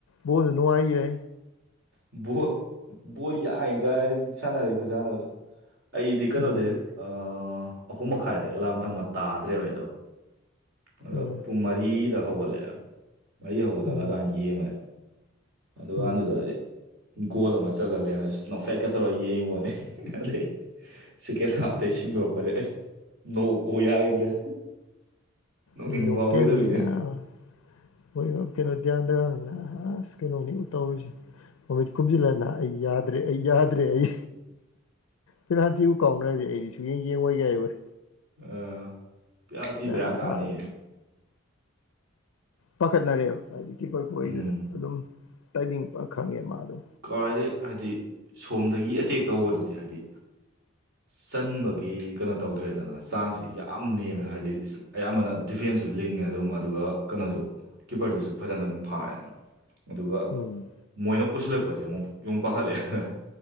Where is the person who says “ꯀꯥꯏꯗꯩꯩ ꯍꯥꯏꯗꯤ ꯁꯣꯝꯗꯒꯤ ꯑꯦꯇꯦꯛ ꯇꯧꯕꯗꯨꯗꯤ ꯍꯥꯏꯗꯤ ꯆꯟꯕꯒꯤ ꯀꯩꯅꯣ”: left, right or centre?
Right